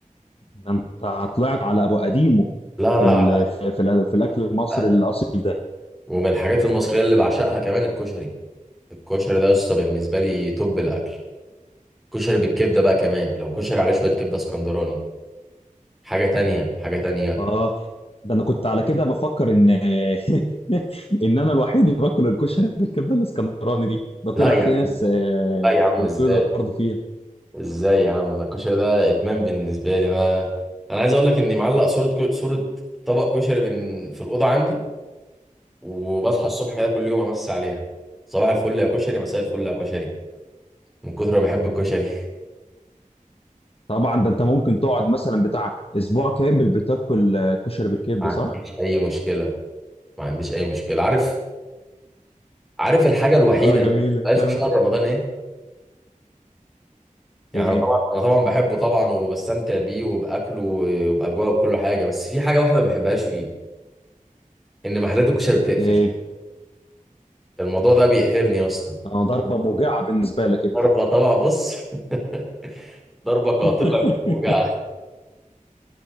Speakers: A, on the left; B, in the centre.
A: ده انت طلعت على ابو قديمه
B: لا
A: في
B: لا
A: ال... في في ال- في الاكل المصري
B: على
A: الاصيل ده
B: ومن الحاجات المصريه اللي بعشقها كمان الكشري الكشري ده يا اسطى بالنسبه لي توب الاكل كشري بالكبده بقى كمان لو كشري عليه شويه كبده اسكندراني حاجه تانية حاجه تانية
A: اه ده انا كنت على كده بفكر ان <laughs> ان انا الوحيد اللي باكل الكشري <laughs> بالكبده الاسكندراني دي ده طلع
B: لا يا
A: في ناس
B: عم
A: آه،
B: لا يا عم
A: موجوده
B: ازاي
A: برضه فيها
B: ازاي يا عم الكشري ده ادمان بالنسبه لي انا انا عايز اقول لك اني معلق صوره كو- صوره طبق كشري بن- في الاوضه عندي وبصحى الصبح كده كل يوم امسي عليها صباح الفل يا كشري مساء الفل يا كشري من كتر ما بحب الكشري <laughs>
A: طبعا ده انت ممكن تقعد مثلا بتاع اسبوع كامل بتاكل آه، كشري بالكبده
B: ما عنديش
A: صح
B: اي مشكله ما عنديش اي مشكله عارف عارف الحاجه الوحيده
A: اه جميله
B: اللي ما بتبقاش
A: كمل.
B: في شهر رمضان ايه يعني
A: ايه
B: انا طبعا انا طبعا بحبه طبعا وبستمتع بيه وباكله وباجواءه وبكل حاجه بس في حاجه واحده ما بحبهاش فيه ان محلات الكشري بتقفل
A: ايه
B: الموضوع ده بيقهرني يا اسطى
A: انا ضربه موجعه بالنسبه لك انت
B: ضربه طبعا بص <laughs> ضربه قاتله
A: <laughs>
B: وجع